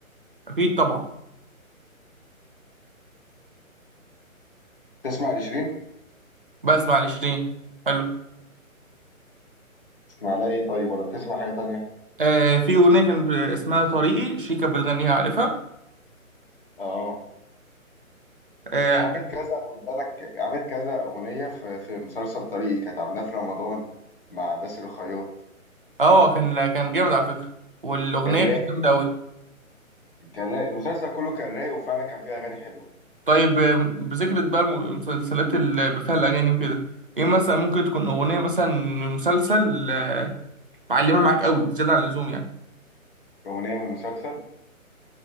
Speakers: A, on the right; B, on the left.
A: أكيد طبعا
B: تسمع لشيرين؟
A: بسمع لشيرين حلو
B: تسمع لها ايه طيب ولا بتسمع حاجة تانية؟
A: آه في أغنية كان ب- اسمها طريقي شيرين كانت بتغنيها عارفها
B: اه
A: أه
B: عملت
A: كان
B: كذا خد بالك عملت كذا أغنية في في مسلسل طريقي كانت عاملاها في رمضان مع باسل الخياط
A: آه، كان كان جامد على فكرة والأغنية
B: كان
A: كانت
B: رايق
A: جامدة أوي
B: كان رايق المسلسل كله كان رايق وفعلا كان فيه أغاني حلوة
A: طيب آه، بذكرة بقى الم- المسلسلات اللي بفيها الأغاني وكده إيه مثلا ممكن تكون أغنية مثلا من مسلسل آه معلمة معاك أوي زيادة عن اللزوم يعني
B: أغنية من مسلسل